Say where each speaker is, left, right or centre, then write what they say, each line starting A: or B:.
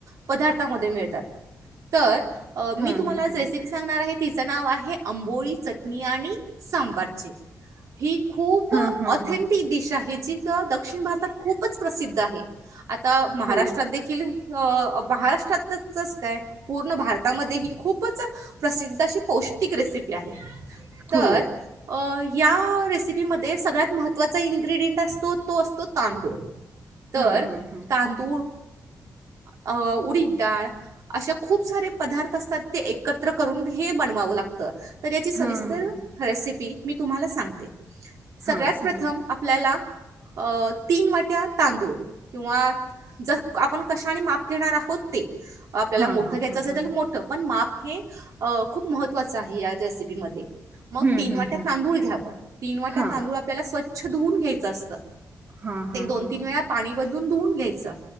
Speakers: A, on the right; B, on the right.
A: पदार्थामध्ये मिळतात तर
B: हा
A: मी तुम्हाला
B: हा
A: आ
B: हा
A: रेसिपी सांगणार आहे तिचं नाव आहे आंबोळी चटणी आणि सांभाचे ही खूप
B: हा हा
A: ऑथेंटिक
B: हा
A: दिशा आहे जी दक्षिण भारतात खूपच प्रसिद्ध आहे आता महाराष्ट्रात
B: हो
A: देखील महाराष्ट्रात काय पूर्ण भारतामध्ये ही खूपच प्रसिद्ध अशी पौष्टिक रेसिपी आहे तर
B: हो
A: या रेसिपीमध्ये सगळ्यात महत्त्वाचा इन्ग्रेडियंट असतो तो असतो तांदूळ तर
B: हा हा हा
A: तांदूळ अ उडी डाळ अशा खूप सारे पदार्थ असतात ते एकत्र करून हे बनवावं लागत तर याची सविस्तर
B: हा हा
A: रेसिपी मी तुम्हाला सांगते सगळ्यात
B: हा सांगा
A: प्रथम
B: ना
A: आपल्याला अ तीन वाट्या तांदूळ किंवा ज आपण कशाने माप घेणार आहोत ते आपल्याला
B: हा
A: मोठं
B: हा
A: घ्यायचं
B: हा
A: असेल
B: हा
A: तर मोठं पण माप हे खूप महत्त्वाचं आहे या रेसिपीमध्येध्ये मग
B: हम्म
A: तीन
B: हम्म
A: वाट्यात
B: हम्म
A: तांदूळ घ्यावं तीन वाट्यात
B: हा
A: तांदूळ आपल्याला स्वच्छ धुवून घ्यायचं असत
B: हा
A: ते
B: हा
A: दोन
B: हा
A: तीन वेळा पाणी बधून धुून घ्यायचं